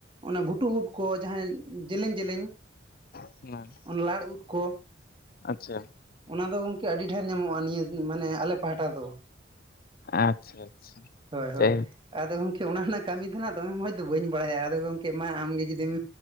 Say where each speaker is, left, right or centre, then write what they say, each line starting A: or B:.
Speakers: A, on the right; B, on the left.
A: ᱚᱱᱟ ᱵᱷᱩᱴᱩᱼ ᱩᱴ ᱠᱚ ᱡᱟᱦᱟᱸᱭ ᱡᱮᱞᱮᱧ ᱡᱮᱞᱮᱧ
B: <unintelligible>
A: ᱞᱟᱲ ᱩᱫ ᱠᱚ
B: ᱟᱪᱪᱷᱟ
A: ᱚᱱᱟ ᱫᱚ ᱜᱚᱝᱠᱮ ᱟᱹᱰᱤ ᱰᱷᱮᱨ ᱧᱟᱢᱚᱜᱼᱟ ᱱᱤᱭᱟᱹ ᱢᱟᱱᱮ ᱟᱞᱮ ᱯᱟᱦᱟᱴᱟ ᱫᱚ᱾
B: ᱟᱪᱪᱷᱟ ᱟᱪᱪᱷᱟ
A: ᱦᱳᱭ ᱦᱳᱭ
B: ᱡᱟᱭᱦᱳᱠ
A: ᱟᱫᱚ ᱜᱚᱢᱠᱮ ᱚᱱᱟ ᱨᱮᱱᱟᱜ ᱠᱟᱹᱢᱤ ᱫᱚ ᱱᱟᱜ ᱫᱚᱢᱮ ᱢᱚᱸᱡᱽ ᱫᱚ ᱵᱟᱹᱧ ᱵᱟᱲᱟᱭᱟ, ᱟᱫᱚ ᱜᱚᱢᱠᱮ ᱢᱟ ᱟᱢ ᱜᱮ ᱡᱩᱫᱤᱢ